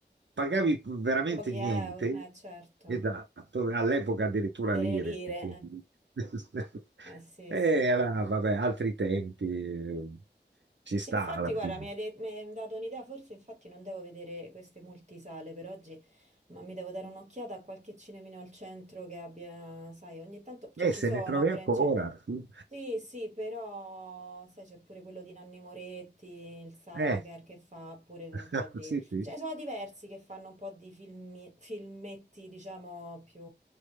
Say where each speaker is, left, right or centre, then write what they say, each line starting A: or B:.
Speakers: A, on the right; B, on the right.
A: pagavi veramente
B: Pochi
A: niente.
B: euro, eh certo,
A: Esatto, all'epoca addirittura
B: delle
A: lire,
B: lire,
A: quindi <laughs>
B: eh, eh sì,
A: Eh,
B: sì, sì.
A: era, vabbè, altri tempi, eh, ci
B: Sì,
A: sta
B: infatti,
A: alla fine.
B: guarda, mi hai, de- mi hai dato un'idea, forse infatti non devo vedere queste multisale per oggi, ma mi devo dare un'occhiata a qualche cinemino al centro che abbia, sai, ogni tanto, cioè
A: Eh,
B: ci
A: se
B: sono
A: ne trovi
B: pure,
A: ancora.
B: in ce-
A: sì.
B: Sì, sì, però sai c'è pure quello di Nanni Moretti, il Sacher
A: Eh,
B: che fa pure
A: <laughs>
B: un po' di...
A: sì, sì,
B: Cioè sono diversi che fanno un po' di filmi- filmetti, diciamo, più,